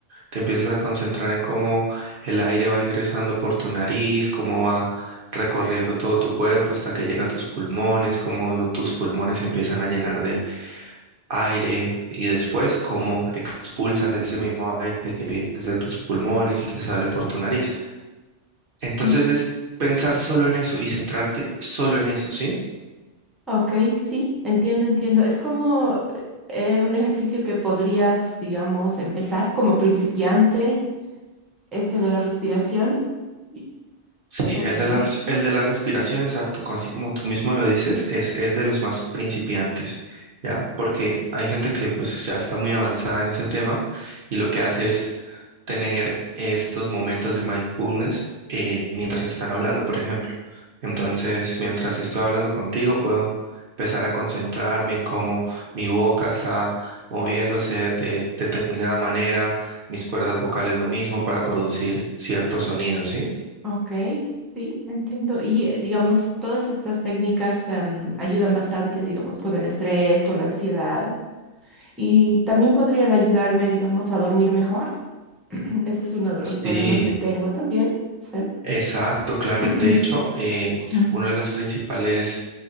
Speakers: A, on the right; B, in the centre.
A: Te empiezas a concentrar en cómo el aire va ingresando por tu nariz, cómo va recorriendo todo tu cuerpo hasta que llega a tus pulmones, cómo lo- tus pulmones se empiezan a llenar de aire y después cómo expulsas ese mismo aire que viene de tus pulmones y que sale por tu nariz. Entonces
B: Ujú.
A: es pensar solo en eso y centrarte solo en eso, ¿sí?
B: Ok, sí, entiendo, entiendo. Es como eh, un ejercicio que podrías, digamos, empezar como principiante, este de la respiración. Y-
A: Sí,
B: Es posible,
A: el de la,
B: ¿no?
A: res- el de la respiración, exacto, co- así como tú mismo lo dices, es, es de los más principiantes, ¿ya? Porque hay gente que pues ya está muy avanzada en ese tema y lo que hace es tener estos momentos de mindfulness eh, mientras están hablando, por ejemplo. Entonces, mientras estoy hablando contigo, puedo empezar a concentrarme en cómo mi boca está moviéndose de determinada manera, mis cuerdas vocales lo mismo para producir ciertos sonidos, ¿sí?
B: Ok, sí, entiendo. Y eh, digamos, todas estas técnicas em, ayudan bastante, digamos, con el estrés, con la ansiedad y también podrían ayudarme, digamos, a dormir mejor. <clears throat> Ese es uno de los problemas
A: Sí,
B: que tengo también. Sí.
A: Exacto, claro.
B: <clears throat>
A: De hecho, em,
B: Mm,
A: uno de los principales